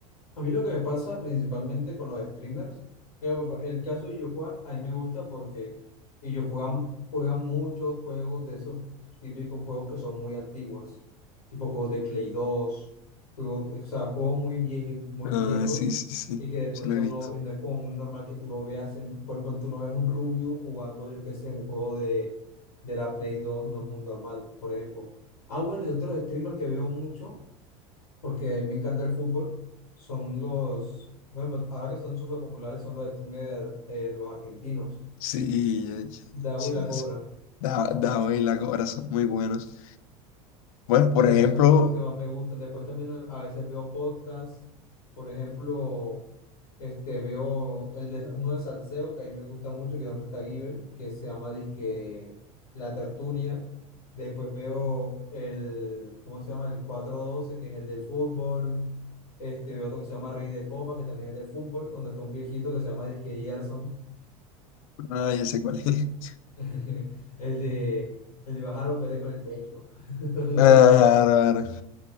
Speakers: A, on the left; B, on the left.
A: A mí lo que me pasa principalmente con los streamers, eh, el caso de Illo Juan, a mí me gusta porque Illo Juan juega muchos juegos de esos típicos juegos que son muy antiguos, tipo juegos de Play dos juegos, de- o sea, juegos muy viejos, muy
B: Ah,
A: viejos
B: sí, sí, sí,
A: y que de
B: sí
A: pronto
B: lo he visto.
A: no, ve- no es como muy normal que tú lo veas, en, por ejemplo, tú no ves un rubio jugando, yo qué sé, un juego de, de la Play dos no es muy normal, por ejemplo. Ah, bueno, y otros streamers que veo mucho porque a mí me encanta el fútbol, son los, bueno, ahora que son súper populares, son los streamers, eh, los argentinos,
B: Sí, ya- ya- ya-
A: Dabu
B: sí,
A: y la
B: ya
A: Cobra.
B: sé. Da, Dao y la cobra son muy buenos. Bueno, por
A: sea,
B: ejemplo,
A: son como los que más me gustan. Después también eh, a veces veo podcasts, por ejemplo, este, veo el de, uno de Salseo, que a mí me gusta mucho, que es donde está Giver, que se llama disque La Tertulia. Después veo el, ¿cómo se llama? El cuatro doce que es el del fútbol. Este, veo otro que se llama Rey de Copas, que también es del fútbol, donde está un viejito que se llama disque Gerson,
B: ah, ya sé cuál es. <laughs>
A: <laughs> el de, el de bajar los pele con el pecho. <laughs>
B: Ah, claro, claro.